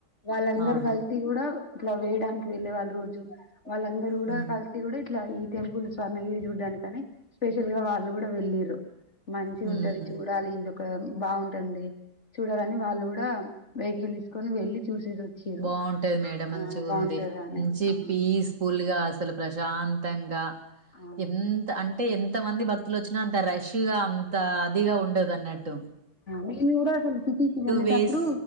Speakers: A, on the left (about 40°); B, on the right (about 45°).
A: వాళ్ళందరు
B: ఆహా!
A: కలిసి కూడా ఇట్లా వేయడానికి వెళ్ళలే వాళ్ళు రోజు వాళ్ళందరూ కూడా
B: హ్మ్.
A: కలిసి కూడా ఇట్లా ఈ టెంపుల్ స్వర్ణగిరి చూడ్డానికి కానీ స్పెషల్ గా వాళ్ళు కూడా వెళ్ళింద్రు మంచి
B: హ్మ్.
A: ఉంటది చూడాలి ఇద అక్కడ బాగుంటుంది చూడాలని వాళ్ళు కూడా వెహికల్ తీసుకొని వెళ్ళి చూసేసి వచ్చిరు
B: బాగుంటది మేడం మంచి
A: ఆ బాగుంటదా
B: ఉంది
A: అని
B: మంచి
A: ఆ
B: పీస్ఫుల్ గా అసలు ప్రశాంతంగా
A: ఆ
B: ఎంత అంటే ఎంత మంది భక్తులు వచ్చినా అంత రష్ ఫ్రెష్ గా అంత అదిగా ఉండదు అన్నట్టు
A: నేను కూడా అసలు సిటీకి వెళ్ళేటప్పుడు
B: వేస్